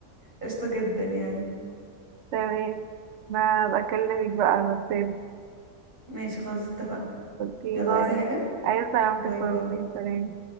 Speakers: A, on the right; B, on the right.
A: قشطة جدا يعني
B: تمام ما بكلمك بقى على الواتساب
A: ماشي خلاص اتفقنا
B: اوكي
A: يلا
B: باي
A: عايزة حاجة
B: عايز سلامتك
A: باي باي
B: والله سلام